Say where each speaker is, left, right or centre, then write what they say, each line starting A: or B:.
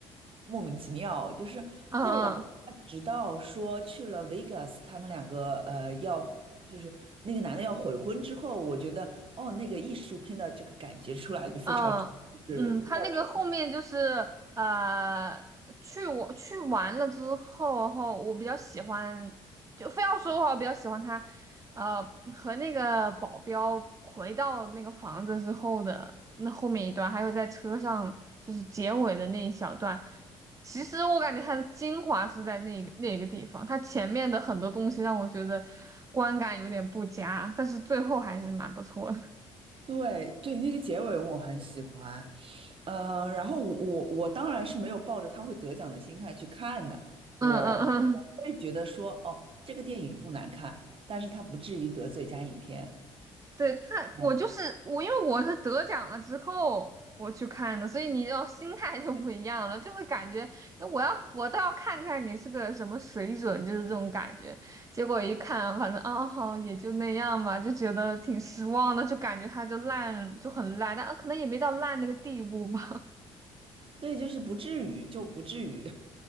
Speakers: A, on the right; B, on the right.
A: 莫名其妙，就是后来他直到说去了
B: 嗯嗯。
A: Vegas，他们两个呃要就是那个男的要悔婚之后，我觉得哦，那个艺术片的这个感觉出来就非常就是乱成。
B: 嗯嗯，他那个后面就是呃，去我去完了之后，后我比较喜欢，就非要说的话，我比较喜欢他，呃，和那个保镖回到那个房子之后的那后面一段，还有在车上就是结尾的那一小段。其实我感觉它的精华是在那个那个地方，它前面的很多东西让我觉得观感有点不佳，但是最后还是蛮不错的。<laughs>
A: 对对，那个结尾我很喜欢，呃，然后我我我当然是没有抱着他会得奖的心态去看的，我我会觉得说哦，
B: 嗯嗯嗯
A: 这个电影不难看，但是他不至于得最佳影片。
B: 对他，我就是我，
A: 嗯。
B: 因为我是得奖了之后我去看的，所以你要心态就不一样了，就会感觉我要我倒要看看你是个什么水准，就是这种感觉。结果一看，反正啊好也就那样吧，就觉得挺失望的，就感觉它就烂就很烂，但啊可能也没到烂那个地步吧。
A: 对，就是不至于，就不至于，